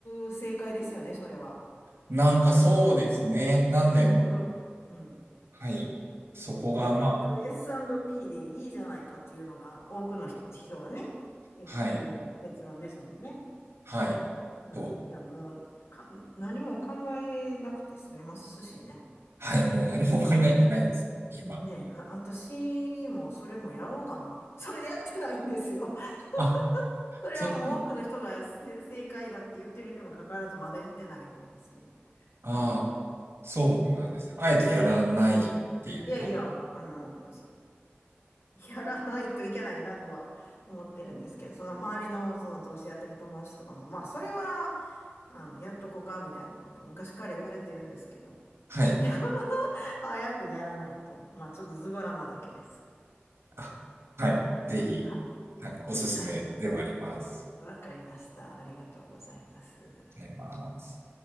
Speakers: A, on the left; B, on the right.
A: う正解ですよね、それは。
B: なんかそうですね。
A: お、
B: なんでもう、
A: うん、オル、うん。
B: はい。そこが、
A: オルカンと
B: まあ、
A: S&P でいいじゃないかっていうのが多くの人がね、言う言う結論ですもんね。
B: はい。はい。
A: うん。
B: と、
A: いや、もうか、何も考えなくて済みますしね。
B: はい。もう何も考えてないですね。
A: はい。
B: 今。
A: ねえ、あ、私もそれもやろうかな。<laughs> それやってないんですよ。
B: あ、
A: <laughs> それはもう多くの人がせ正解だって言ってるにもかかわらずまだやってないんですね。
B: そっち。ああ。
A: うん。
B: そうなんです。あえてやらないっていうこと。
A: いやいや、あの、やらないといけないなとは思ってるんですけど、その周りのその投資やってる友達とかも、まあそれは、あの、やっとこうかみたいなことを昔から言われてるんですけど、
B: はい。
A: <laughs> 早くやらないと、まあちょっとズボラなだけです。
B: あ、はい。ぜひ、
A: は、
B: なんかおすすめではあります。
A: はい、わかりました。ありがとうございます。
B: あります。